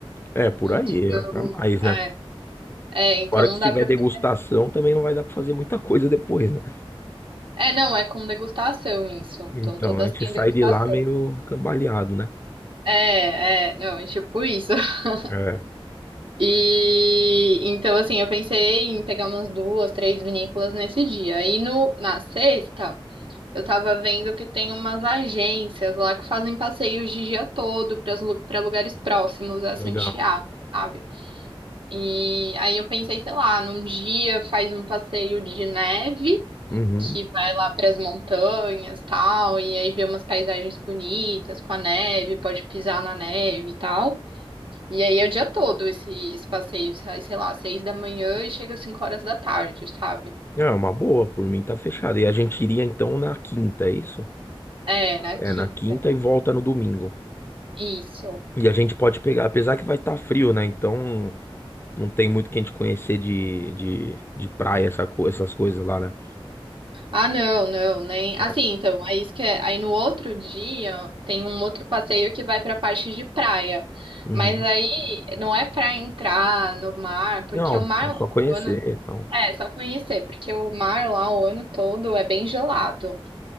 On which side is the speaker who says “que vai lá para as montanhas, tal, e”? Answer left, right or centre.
Right